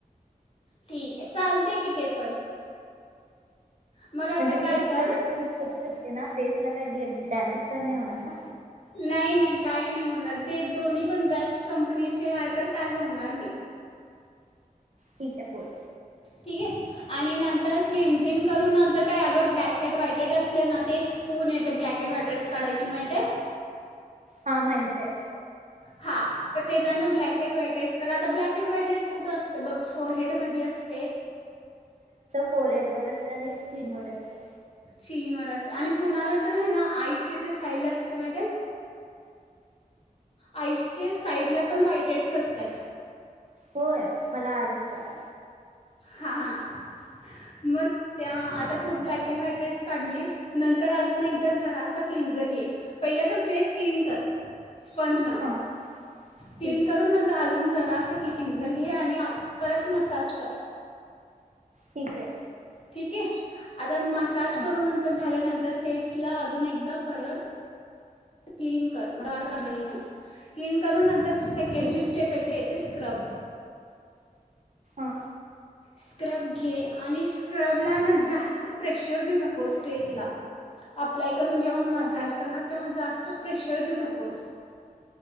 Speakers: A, on the left; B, on the right.
A: ठीक आहे चालते की ते पण मग आता
B: म्हणजे मिक्स
A: काय कर
B: प्रोडक्ट युज करू शकते ना फेस ला काय डॅमेज तर नाही होणार ना?
A: नाही नाही काही नाही होणार. ते दोन्ही पण बेस्ट कंपनीचे आहे, तर काय होणार नाही.
B: ठीक आहे बोल
A: ठीके आणि नंतर क्लिन्झिंग करून नंतर काय अगर ब्लॅक ऐड व्हाईटेड असले ना ते एक स्पून येते ब्लॅक ऐड व्हाईटेडस काढायची माहितेय?
B: ह माहित आहे.
A: हा तर तेजानं ब्लॅक हेड, व्हाईटहेड्स करा आता ब्लॅक हेड्स, व्हाइटहेड कुठं असत बघ फ हेडमधी असते
B: फोर एड वर असतं आणि एक चीन वर असत.
A: चीन वर अस आणि कुणाला तर हाय ना आईसचे ते साईल असते माहितेय आईसचे साईडला पण व्हाईटहेड्स असतात.
B: होय, मला आजच कळाल.
A: हा <unintelligible> मग त्या आता तू ब्लॅक अँन्ड व्हाईटहेड्स काढलीस, नंतर अजून एकदा जरासा क्लिंझर घे. पहिलं तर फेस क्लीन कर. स्पंज न
B: हां
A: क्लीन
B: ठीक
A: करून
B: आहे.
A: नंतर अजून जरास क्लिंझर घे आणि आ परत मसाज कर
B: ठीक आहे
A: ठीके आ मसाज
B: हां
A: करून नंतर झाल्या नंतर तर फेसला अजून एकदा परत क्लीन कर <inaudible> क्लिन करून नंतर तर सेकंड
B: ठीक
A: जे स्टेप येतय ते ते स्क्रब
B: हा
A: स्क्रब घे आणि स्क्रबला ना जास्त प्रेशर देऊ नकोस फेसला अप्लाय करून जेव्हा मसाज
B: अच्छा
A: करणार तेव्हा जास्त तर प्रेशर देऊ नकोस.